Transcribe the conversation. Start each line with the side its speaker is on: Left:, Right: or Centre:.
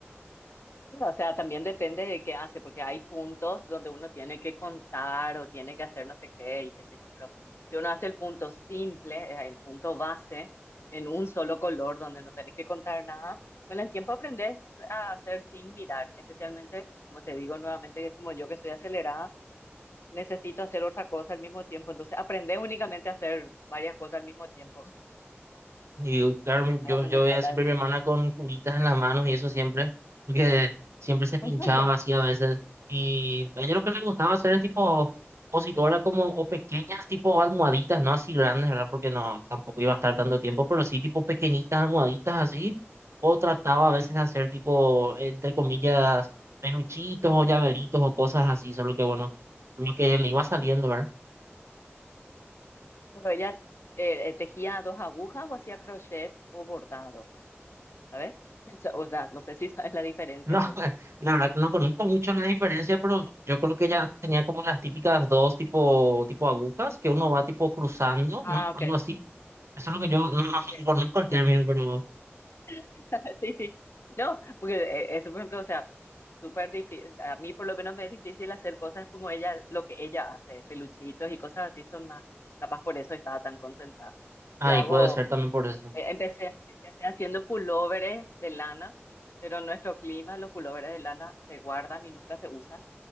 Left: No, O sea, también depende de qué hace, porque hay puntos donde uno tiene que contar o tiene que hacer no sé qué y qué sé yo, pero si uno hace el punto simple, eh, el punto base, en un solo color donde no tenés que contar nada, con el tiempo aprendes a hacer sin mirar, especialmente, como te digo nuevamente, que como yo que soy acelerada, necesito hacer otra cosa al mismo tiempo, entonces aprendes únicamente a hacer varias cosas al mismo tiempo
Right: Y claro, mi-
Left: para
Right: yo,
Left: manejarla.
Right: yo veía siempre a mi hermana con curitas en las manos y eso siempre, porque siempre se pinchaba
Left: <laughs>
Right: así a veces. Y a ella lo que le gustaba hacer es tipo positora como, o pequeñas tipo almohaditas, no así grandes, ¿verdad? Porque no, tampoco iba a estar tanto tiempo, pero sí tipo pequeñitas almohaditas así. O trataba a veces de hacer tipo, entre comillas, peluchitos o llaveritos o cosas así, solo que bueno, lo que le iba saliendo, ¿verdad?
Left: Pero ella eh, eh, tejía dos agujas o hacía crochet o bordado. ¿sabes? Esa- <laughs> O sea, no sé si sabes la diferencia
Right: No,
Left: entre
Right: <laughs>
Left: uno.
Right: la verdad no conozco mucho la diferencia, pero yo creo que ya tenía como las típicas dos tipo, tipo agujas que uno va tipo cruzando,
Left: Ah,
Right: ¿no?
Left: ok.
Right: Algo así. Eso es lo que yo no, no <laughs>
Left: Sí,
Right: conozco
Left: sí,
Right: el término,
Left: sí.
Right: pero
Left: <laughs> Sí, sí. No, porque eh, eso, por ejemplo, o sea, súper difícil, a mí por lo menos me es difícil hacer cosas como ella, lo que ella hace, peluchitos y cosas así son más, capaz por eso estaba tan concentrada.
Right: ahí
Left: Yo hago,
Right: puede ser también por eso.
Left: eh,
Right: <laughs>
Left: empecé, empecé haciendo pulóveres de lana, pero en nuestro clima los pulóveres de lana se guardan y nunca se usan,